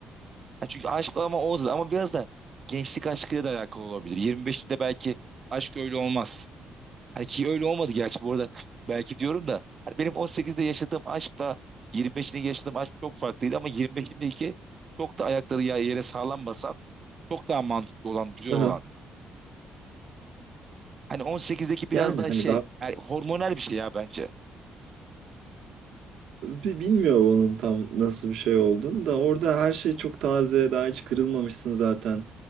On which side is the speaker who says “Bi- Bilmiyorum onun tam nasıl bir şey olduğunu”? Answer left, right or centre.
Right